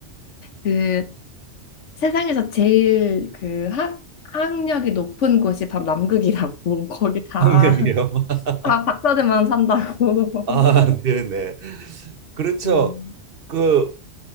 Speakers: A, on the left; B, on the right.
A: 그 세상에서 제일 그 학, 학력이 높은 곳이 바로 남극이라고. <laughs> 거기 다,
B: <laughs> 학력이요. <laughs>
A: 다 박사들만 산다고. <laughs>
B: 아, 네네. 그렇죠.
A: 아,
B: 그,